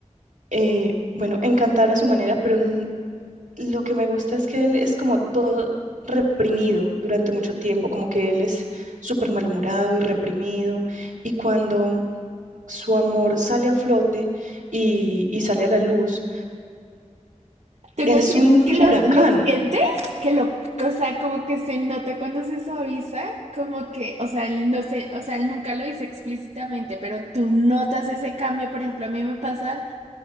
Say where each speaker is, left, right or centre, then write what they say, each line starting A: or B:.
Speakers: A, on the right; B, on the right.
A: eh, bueno, encantar a su manera, pero n- lo que me gusta es que él es como todo reprimido durante mucho tiempo, como que él es súper malhumorado y reprimido, y cuando su amor sale a flote y, y sale a la luz,
B: ¿Tú
A: es
B: no sientes
A: un
B: que
A: huracán,
B: los- lo, sientes? Que lo, o sea, como que se nota cuando se suaviza, como que, o sea, él no sé, o sea, él nunca lo dice explícitamente, pero tú notas ese cambio, por ejemplo, a mí me pasa.